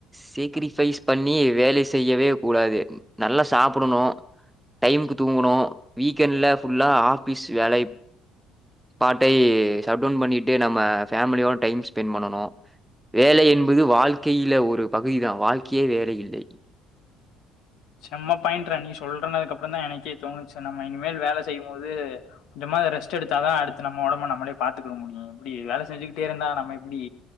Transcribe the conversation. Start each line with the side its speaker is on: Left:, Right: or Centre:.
Centre: சேக்ரிபைஸ் பண்ணி வேல செய்யவே கூடாது நல்லா சாப்பிடணு டைம்க்கு தூங்கணு வீக்கெண்ட்ல ஃபுல்லா ஆஃபீஸ் வேலை பாட்டை சடோன் பண்ணிட்டு நம்ம ஃபேமிலியோட டைம் ஸ்பெண்ட் பண்ணனு வேலை என்பது வாழ்க்கையில ஒரு பகுதிதா வாழ்க்கையே வேலை இல்லை
Left: செம்மா பாயிண்ட்றா நீ சொல்றனதுக்கு அப்புறந்தா எனக்கே தோணுச்சு நம்ம இனிமேல் வேல செய்யும் போது கொஞ்சமாவாது ரெஸ்ட் எடுத்தாதா அடுத்து நம்ம உடம்பு நம்மளே பாத்துக்குட முடியு இப்டி வேல செஞ்சுக்கிட்டே இருந்தா நம்ம எப்டி